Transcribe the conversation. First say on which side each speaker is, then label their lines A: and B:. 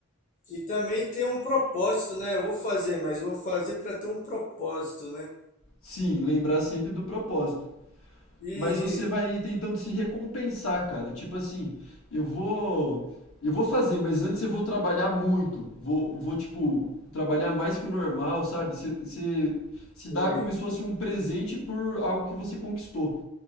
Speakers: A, on the left; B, on the left.
A: e também tem um propósito, né? Eu vou fazer, mas vou fazer para ter um propósito, né?
B: sim, lembrar sempre do propósito,
A: E,
B: mas você vai tentando se recompensar, cara. Tipo assim, eu vou eu vou fazer, mas antes eu vou trabalhar muito. Vou, vou tipo, trabalhar mais que o normal, sabe? Você, você se dá
A: e,
B: como se fosse um presente por algo que você conquistou.